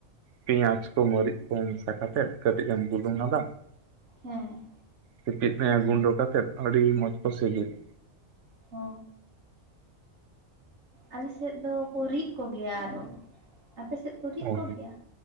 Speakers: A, on the right (about 65°); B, on the right (about 80°).
A: ᱯᱮᱸᱭᱟᱡᱽ ᱠᱚ ᱢᱟᱹᱨᱤᱪ ᱠᱚ ᱢᱮᱥᱟ ᱠᱟᱛᱮᱜ ᱠᱟᱹᱴᱤᱡ ᱮᱢ ᱵᱩᱞᱩᱝ ᱟᱫᱟ
B: ᱦᱮᱸ᱾
A: ᱥᱤᱯᱤ ᱜᱩᱸᱰᱟᱹ ᱠᱟᱛᱮ ᱟᱹᱰᱤ ᱢᱚᱡᱽ ᱠᱚ ᱥᱤᱵᱤᱞᱟ᱾
B: ᱚ ᱟᱞᱮ ᱥᱮᱫ ᱫᱚᱠᱚ ᱨᱤᱫ ᱠᱚᱜᱮᱭᱟ ᱟᱨᱚ ᱟᱯᱮ ᱥᱮᱫ ᱠᱚ ᱨᱤᱫ
A: ᱚ
B: ᱠᱚᱜᱮᱭᱟ?